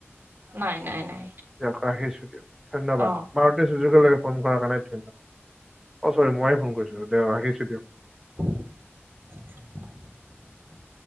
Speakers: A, on the right; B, in the centre.
A: নাই নাই নাই
B: দিয়ক ৰাখিছো দিয়ক ধন্যবাদ
A: অ
B: মাৰুতি চুযোকী লাগে ফোন কৰাৰ কাৰণে ধন্যবাদ অ চৰি ময়ে ফোন কৰিছো দে ৰাখিছো দিয়ক
A: <unintelligible>